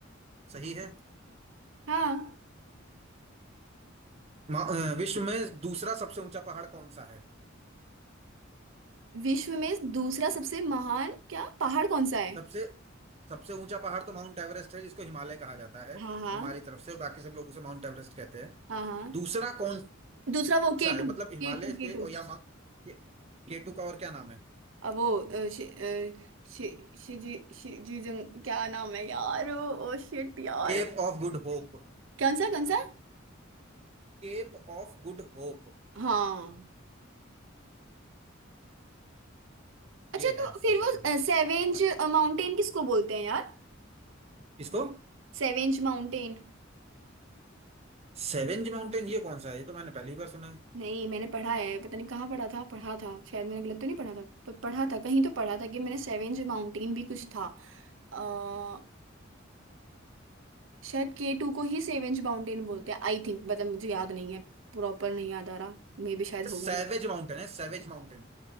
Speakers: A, on the right; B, on the right.
A: सही है
B: हाँ
A: मा- अ, विश्व में दूसरा सबसे ऊंचा पहाड़ कौन सा है
B: विश्व में दूसरा सबसे महान क्या पहाड़ कौन सा है
A: सबसे सबसे ऊंचा पहाड़ तो माउंट एवरेस्ट है जिसको हिमालय कहा जाता है
B: हाँ हाँ
A: हमारी तरफ से बाकी सब लोग उसे माउंट एवरेस्ट कहते हैं
B: हाँ हाँ
A: दूसरा कौन
B: दूसरा वो
A: सा
B: K
A: है
B: two
A: मतलब हिमालय
B: K two K
A: के
B: two
A: और या मा के, केटू का और क्या नाम है
B: अब वो अ, शि, अ, शि, शिजी शिजी जंग क्या नाम है यार ओ शिट यार
A: Cape of Good Hope
B: कौन सा कौन सा
A: Cape of Good Hope
B: हाँ अच्छा
A: ये
B: तो
A: है इसका
B: फिर वो
A: सही जवाब
B: सेवेंज
A: हाँ,
B: माउंटेन किसको बोलते हैं यार
A: इसको
B: सेवेंज माउंटेन
A: सेवेंज माउंटेन ये कौन सा है ये तो मैंने पहली बार सुना है
B: नहीं मैंने पढ़ा है पता नहीं कहाँ पढ़ा था पढ़ा था शायद मैंने गलत तो नहीं पढ़ा था प, पढ़ा था कहीं तो पढ़ा था कि मैंने सेवेंज माउंटेन भी कुछ था आ, शायद के टू को ही सेवेंज माउंटेन बोलते हैं आई थिंक मतलब मुझे याद नहीं है प्रॉपर नहीं याद आ रहा मे भी शायद होगा
A: सेवेज माउंटेन है सेवेज माउंटेन